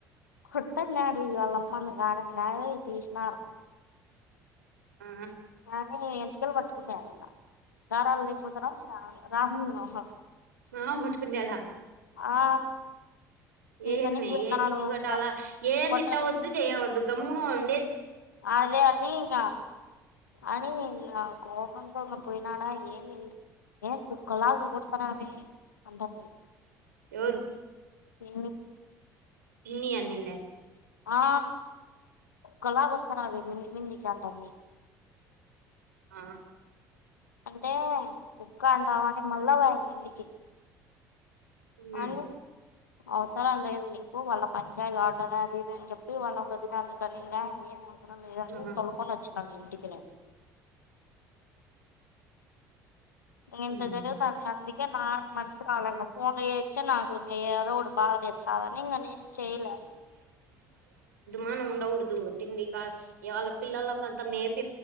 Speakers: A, on the left; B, on the right.
A: కుడతడు నాడు ఇవాళమంది కాడ లే తీసినారు
B: ఆ
A: అ ఎంటికలు పట్టుకున్నాడు ఇ గారాల ద ముదరం చాల రానుహ
B: ఆ పట్కున్యాడా
A: ఆ పీకనీకి
B: ఏంే
A: పోయినాడు
B: ఏంటికి ఇ గట
A: అంట
B: అాల ఏం
A: కొట్ట
B: తిట్టవద్దు చేయవద్దు గమ్ము ఉం
A: అదే అనికా అనీంగా కో వంటంగ పోయినాడా ఏన్ ఏ కొలాకు కొతుారవే అంట మయి
B: ఎవరు
A: ఇ
B: ీ అన్నింద
A: ఆ కళ కొ అస అవి మంది మందికి అంటుంది
B: ఆ
A: అంటే కుక్క అంటావ అంటని మళ్ళా వదు మందికి
B: ఉమ్
A: అ అవసరం లేదు నీకు వాళ్ళ పంచాయ కావట అదిదిని చెప్పి వాళ్ళ వదినందుకని ఇం ఏం నరాని
B: ఆ
A: తలకొ వచ్చు నను ఇంటికె ఇ ఇంత
B: ఉమ్
A: జరుగుతు అంది అందుకే నాకు మనసు రాలే ఫోన్ ఇచ్చే నాకు ఇం ఏదో ఒక బాధలేదు చదని ఇంక నేం చెయలే
B: మనం ఉండకూడదు తిండి కా ఇవాళ పిల్లలలకు అంతా మే